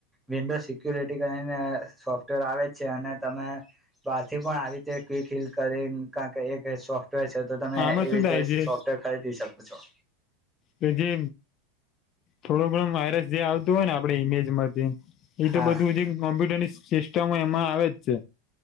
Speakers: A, in the centre; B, on the left (about 40°).
A: વિન્ડોઝ સિક્યુર કરીને સોફ્ટવેર આવે છે અને તમે બહારથી પણ આવી રીતે ક્વીકીલ કરીને કં કે એક સોફ્ટવેર છે તો તમે
B: આમાં
A: એવી
B: શું
A: રીતે
B: થાય છે
A: સોફ્ટવેર ખરીદી શકો હચ્છા
B: કે જે થોડો ઘણો વાયરસ જે આવતો હોય ને આપડે ઈમેજ માંથી એ
A: હા
B: તો બધું જે કોમ્પ્યુટર ની સિસ્ટમ એમાં આવે જ છે